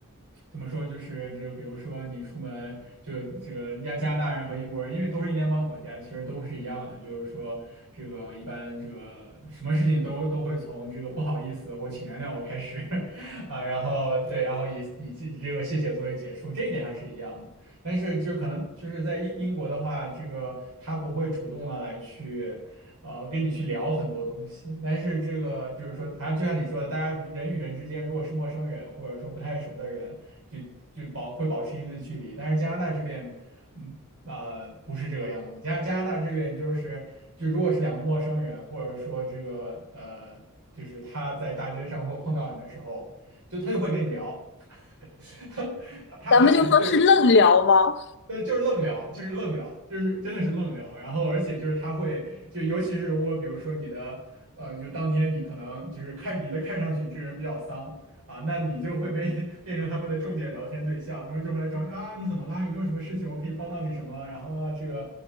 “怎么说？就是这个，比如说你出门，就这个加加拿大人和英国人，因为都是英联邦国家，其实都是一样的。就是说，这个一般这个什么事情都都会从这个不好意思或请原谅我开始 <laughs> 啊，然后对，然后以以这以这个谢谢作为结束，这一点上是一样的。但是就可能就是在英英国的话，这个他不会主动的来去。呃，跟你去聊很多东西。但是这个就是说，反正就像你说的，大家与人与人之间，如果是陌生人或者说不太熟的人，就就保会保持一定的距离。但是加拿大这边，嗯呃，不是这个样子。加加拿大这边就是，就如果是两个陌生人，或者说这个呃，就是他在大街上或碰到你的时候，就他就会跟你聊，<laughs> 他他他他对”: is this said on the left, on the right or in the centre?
Right